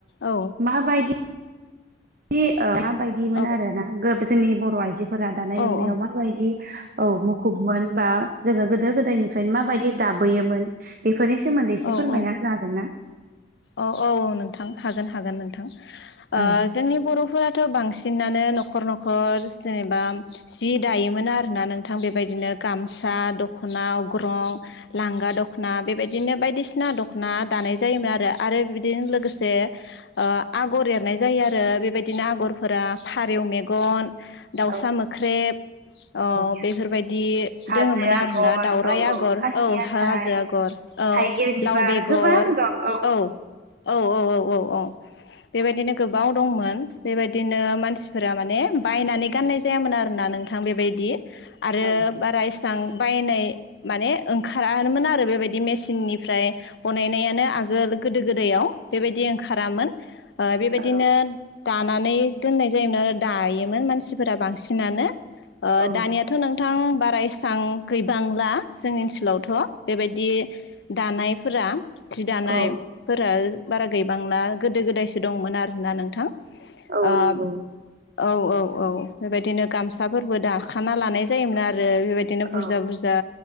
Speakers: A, on the left (about 75°); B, on the right (about 55°).
A: औ
B: माबायदि दि ओ माबायदिमोन
A: औ
B: आरोना जोंनि बर' आइजो फोरा दानाय
A: औ
B: लुनायाव
A: औ
B: माबायदि औ मुखुबमोन बा जोङो गोदो गोदायनिफ्रायनो माबायदि दाबबोयोमोन बेफोरनि सोमोन्दै एसे
A: औ
B: फोरमायना होनो हागोन ना?
A: औ औ नोंथां हागोन हागोन नोंथां
B: औ
A: जोंनि बर'फोरा थ' बांसिनानो न'खर न'खर जेनेबा जि दायोमोन आरोना नोंथां बेबायदिनो गामसा दख'ना अग्रं लांगा दख'ना बेबायदिनो बायदिसिना दख'ना दानाय जायोमोन आरो आरो बेबादिनो लोगोसे ओ आगर एरनाय जायो आरो बेबायदिनो आगरफोरा फारेव मेगन दाउसा
B: औ
A: मोख्रेब ओ
B: औ
A: बेफोरबायदि
B: हाजो
A: दोङोमोन
B: आगर
A: आरोना दाउराइ
B: औ
A: आगर
B: खासियाथाइ
A: औ हाजो आगर औ
B: थाइगिर बिबार
A: लाव बेगर
B: गोबां दं
A: औ औ औ औ औ औ बेबायदिनो गोबाव दंमोन बेबायदिनो मानसिफोरा माने बायनानै गाननाय जायामोन आरोना नों थां बेबायदि आरो
B: औ
A: बारा एस सां बायनाय माने ओंखारामोन आरो बेबायदि मेसिननिफ्राय बनायनायानो आगोल गोदो गोदायाव बेबायदि ओंखारामोन ओ बेबायदिनो
B: औ
A: दानानै दोननाय जायोमोन आरो दायोमोन मानसिफोरा बांसिनानो ओ
B: औ
A: दानिया थ' नोंथां बारा एसां गैबांला जोंनि ओनसोलावथ' बेबायदि दानायफोरा जि दानाय
B: औ
A: फोर बारा गैबांना गोदो गोदायसो दंमोन आरोना नोंथां।
B: औ
A: आब
B: नंगौ
A: औ औ औ बेबायदिनो गामसाफोरबो दाखाना लानाय जायोमोन आरो बेबायदि दिनो
B: औ
A: बुरजा बुरजा